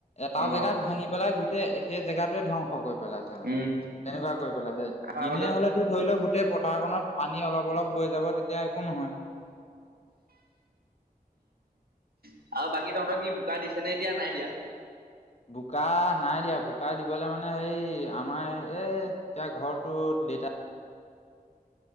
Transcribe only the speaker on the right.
অ
উম
আৰু আগতে
অ আৰু বাকী তহঁতৰ কি বোকা দিছে নে এতিয়া নাই দিয়া।